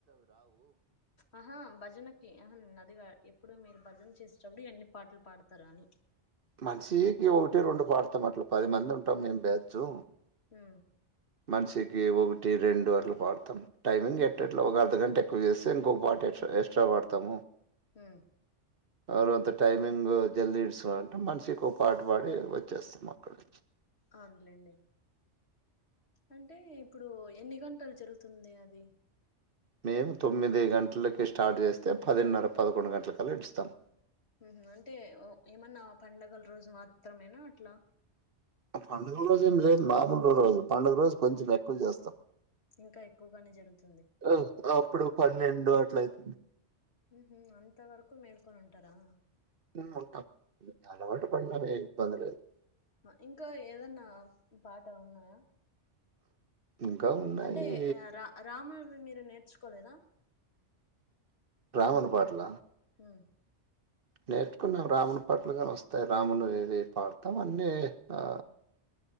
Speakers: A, on the left; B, on the right.
A: ఆహా భజనకి అహ అదిగా ఇప్పుడు మీరు భజన చేసేటప్పుడు ఎన్ని పాటలు పాడతారు అని
B: మనిషికి ఒకటి రెండు పాడతాం అట్లా పది మంది ఉంటాం మేము బ్యాచ్యూ
A: మ్
B: మనిషికి ఒకటి రెండు అట్లు పాడుతము టైమింగ్ ఎట్టట్లో ఒక అర్ధగంట ఎక్కువ చేస్తే ఇంకొక పాట ఎ ఎస్ట్రా వాడతము
A: ఉ
B: ఎరు అంత టైమింగ్ జల్దీ ఇడుసుకోవాలంటే మనిషికో పాట పాడి వచ్చేస్తం అక్కడి నుంచి
A: అవునులేలెండి అంటే ఇప్పుడు ఎన్ని గంటలు జరుగుతుంది అది
B: మేము తొమ్మిది గంటలకి స్టార్ట్ చేస్తే పదిన్నర పదకొండు గంటలకల్ల ఇడుస్తాం
A: ఉ హ్ అంటే ఓ ఏమన్నా పడుగల రోజు మాత్రమేనా అట్లా
B: ఆ పండుగ రోజు ఏం లేదు మాములు రోజు పండుగ రోజు కొంచెం ఎక్కువ జేస్తాం
A: ఇంకా ఎక్కువగానే జరుగుతూ
B: ఆ అప్పుడు పన్నెండు అట్ల అయిత
A: ఉ హ్ అంత వరకు మేల్కొని ఉంటరా
B: ఉ ఉంటము అలవాటు పడిన వే ఇబ్బంది లేదు
A: అ ఇంకా ఏదన్నా పాట ఉన్నాయా
B: ఇంకా ఉన్నాయి
A: అంటే రా రాముని మీరు నేర్చుకోలేదా
B: రామును పాట్లా
A: ఉ
B: నేర్చుకున్నము రాముని పాట్లుగ వస్తయి రాముని ఇది పాడతము అన్నీ ఆ